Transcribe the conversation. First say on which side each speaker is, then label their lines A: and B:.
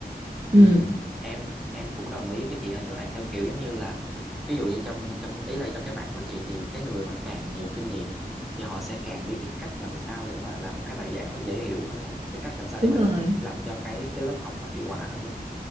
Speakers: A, on the right; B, in the centre.
A: ừ
B: Ừ, ừ, em em cũng đồng ý với chị ở chỗ này theo kiểu giống như là ví dụ như trong trong ý là trong cái mảng của chị thì cái người mà càng nhiều kinh nghiệm thì họ sẽ càng biết cái cách làm sao để mà làm một cái bài giảng nó dễ hiểu hơn đúng không? Cái cách làm sao
A: đúng
B: để mà
A: rồi
B: đánh làm cho cái cái lớp học nó hiệu quả hơn đúng không?